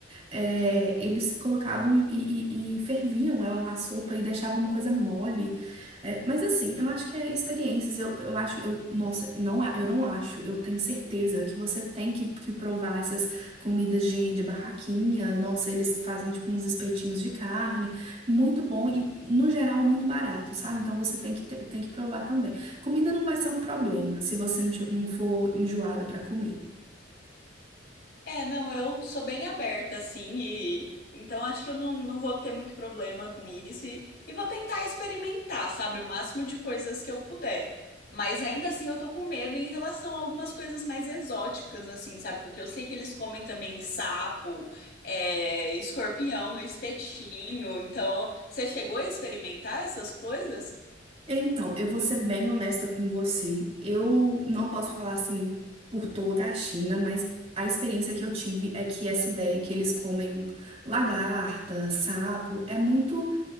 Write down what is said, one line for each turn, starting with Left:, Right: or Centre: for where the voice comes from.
Right: é, eles colocavam e, e- e ferviam ela na sopa e deixavam uma coisa mole. É, mas assim, eu acho que é experiências. Eu, eu acho, eu, nossa, não, a- eu não acho. Eu tenho certeza que você tem que, que provar essas comidas de, de barraquinha. Nossa, eles fazem tipo uns espetinhos de carne, muito bom e no geral muito barato, sabe? Então você tem que, ter- tem que provar também. Comida não vai ser um problema se você não, ti- não for enjoada pra comer.
Left: É, não, eu sou bem aberta, assim, e então acho que eu não, não vou ter muito problema com isso e, e vou tentar experimentar, sabe, o máximo de coisas que eu puder. Mas ainda assim eu tô com medo em relação a algumas coisas mais exóticas, assim, sabe? Porque eu sei que eles comem também sapo, é, escorpião no espetinho. Então, você chegou a experimentar essas coisas?
Right: Então, eu vou ser bem honesta com você. Eu não posso falar assim por toda a China, mas a experiência que eu tive é que essa ideia que eles comem lagarta, sapo, é muito